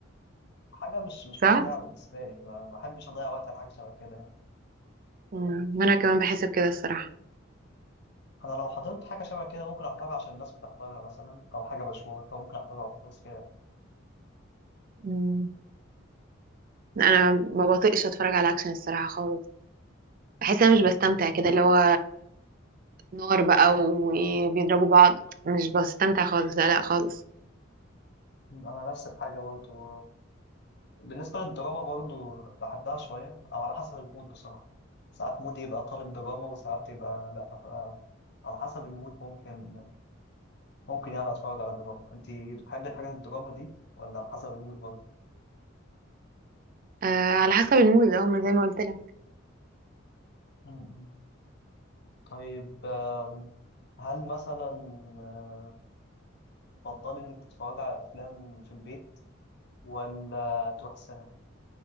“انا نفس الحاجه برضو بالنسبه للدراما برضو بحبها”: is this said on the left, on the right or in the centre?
Left